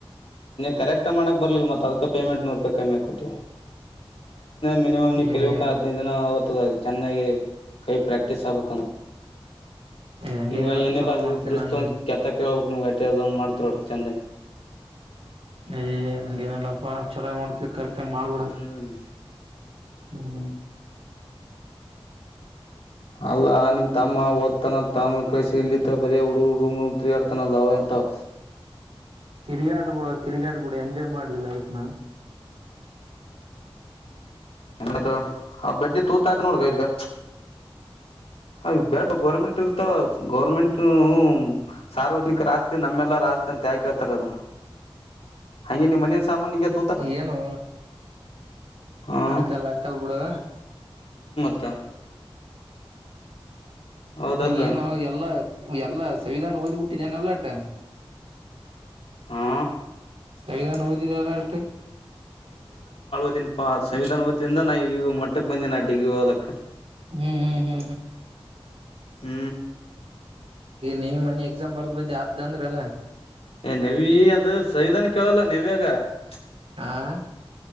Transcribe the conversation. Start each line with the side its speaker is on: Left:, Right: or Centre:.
Left: ಕರೆಕ್ಟ್ ಮಾಡಕ್ ಬರ್ಲಿಲ್ಲ ಮತ್ತತ್ ಅದ್ ಪೇಮೆಂಟ್ ನೂರು ರೂಪಾಯಿ ಕಮ್ಮಿ ಆ ಕೊಟ್ಟಿ ಮಿನಿಮ್ ಕಲ್ಬೇಕ
Right: ಏ
Left: ಹದಿನದು ಜ ಅವವತ್ತದ ಆ ಚೆನ್ನಾಗಿ ಕೈ ಪ್ರಾಕ್ಟೀಸ್ ಆಗಬೇಕು ಏನು
Right: ಹಂಗೇನಿಲ್ಲ
Left: ನಿಮಗ ಏನಿಲ್ಲ
Right: ಚಲೋ
Left: ನೀವು
Right: ಮಾಡ್ತೇನಿ
Left: ಬ್ರಿಸ್ತ
Right: ನಾನು
Left: ತೊಗೊಂಡ ಕೆತ್ತಾಕ ಹೇಳಬೇಕು ನಿಮಗ ಅಷ್ಟೇ ಮಾಡ್ತಿರ್ ನೋಡ ನೀವು ಚಂದಗೆ.
Right: ಏ ಹಂಗೇ ನಿಲ್ಲಪ್ಪ ಚಲೊ ಮಾಡ್ತೀವಿ ಕರ್ಕೋ ಹಾಗ್ ಮಾಡ್ಬೇಡ
Left: ಹ್ಮ್
Right: ಹೂ
Left: ಅಲ್ಲಾ ನಿಮ್ಮ ತಮ್ಮ ಓದುತ್ತಾನಂತ ಇಲ್ಲಿ ಕಳಿಸಿದ್ರೆ ಬರೆ ಹುಡುಗರು ಹುಡುಗರ ತಿರುಗಾಡ್ತಾರಲ್ಲ ಅವರ್ಂತವ್ರ
Right: ತಿರಗಾಡಲಿ ಬಿಡ ತಿರುಗಾಡಲಿ ಎಂಜಾಯ್ ಮಾಡ್ಲಿ ಲೈಫ್ನ ನಾ
Left: ಆಯ್ತು ತೂಗು ಆ ಬಡ್ಡಿ ತೂತ್ ಹಾಕಿ ನೋಡ ಇದಕ್ಕ ಆ ಬೆಡ್ ಗೌರ್ಮೆಂಟ್ ಇರ್ತಾವ್ ಗೌರ್ಮೆಂಟ್ ನೂ ಸಾರ್ವಜನಿಕರ ಆಸ್ತಿ ನಮ್ಮೆಲ್ಲಾರ ಆಸ್ತಿ ಅಂತ ಯಾಕೇಳ್ತಾರ ಅವರ ಹಾಗೆ ನಿಮ್ಮ ಮನಿ ಸಾಮಾನ ಹೆಂಗೆ ತಂದ್ಬಿಟ್ರಿ
Right: ಏನೋ
Left: ಹಾ
Right: ಹಾಕಲಾ ಹಾಕಲಾ ಬಿಡು
Left: ತಂದ ಹೌದಲ್ಲ
Right: ಅಯ್ಯೋ ಏನು ಎಲ್ಲಾ ಎಲ್ಲಾ ಸಂವಿಧಾನ ಓದಿ ಬಿಟ್ಟು ಏನು ಎಲ್ಲ ಅಟ್
Left: ಹಾ
Right: ಸಂವಿಧಾನ ಓದಿದೇ ಏನು ಅಷ್ಟು.
Left: ಹಾ ಪಾ ಸಂವಿಧಾನ ಓದಿದ್ದರಿಂದ ನಾನ್ ಈ ಮಟ್ಟಕ್ ಬಂದೆ ನಾನು ಡಿಗ್ರಿ ಓದಕ್.
Right: ಹು ಹೂ
Left: ಹೂ
Right: ನೀವು ಮೊನ್ನೆ ಎಕ್ಸಾಮ್ ಬರೆದಿದ್ದೇನೆ ಅತ್ತಿ ಅಂದ್ರಲ್ಲ
Left: ಏ ನವಿ ಅದು ಸಂವಿಧಾನ ಕೇಳಲ್ಲ ನವ್ಯಾಗ. ಏಕ
Right: ಹ